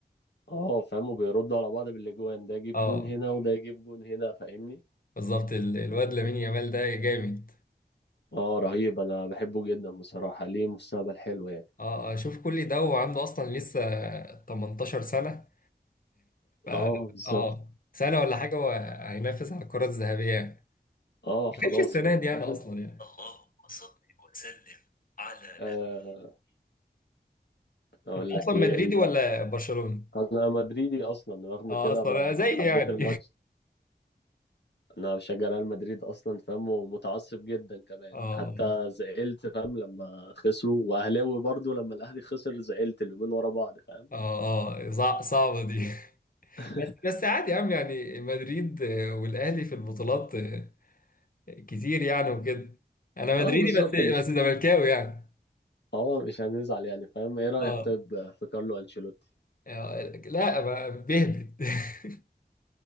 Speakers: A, on the left; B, on the left.
A: اه فاهم وبيردوا على بعض بالاجوان ده يجيب
B: اه
A: جون هنا وده يجيب جون هنا فاهمني
B: بالظبط ال- الواد لامين يامال ده جامد
A: اه رهيب انا بحبه جدا بصراحة ليه مستقبل حلو يعني
B: اه آه، شوف كل ده وعنده اصلا لسه 18 سنه ف
A: اه بالظبط
B: اه سنه ولا حاجه وهينافس على الكره الذهبيه يعني
A: اه
B: ما
A: خلاص
B: كانش السنه
A: كده
B: دي يعني
A: فاهم
B: اصلا يعني اللهم صل وسلم على
A: آه
B: نبي.
A: اقول
B: انت اصلا
A: لك ايه
B: مدريدي
A: ال-
B: ولا برشلوني
A: انا مدريدي اصلا رغم
B: اه
A: كده
B: اصلا
A: ب-
B: زي
A: حبيت
B: يعني
A: الماتش انا بشجع ريال مدريد اصلا فاهم ومتعصب جدا
B: <laughs>
A: كمان
B: اه
A: حتى زعلت فاهم لما خسروا واهلاوي برضو لما الاهلي خسر زعلت اليومين ورا بعض فاهم
B: اه اه صع- صعبة دي <laughs>
A: <laughs>
B: بس بس عادي يا عم يعني مدريد آه، والاهلي في البطولات آه، كتير يعني وكده انا
A: اه
B: مدريدي
A: بالظبط
B: بس
A: مش
B: بس زملكاوي يعني
A: اه مش هنزعل يعني فاهم ايه رايك
B: اه
A: طيب في كارلو انشيلوتي
B: آه، لا ما- بيهبط <laughs>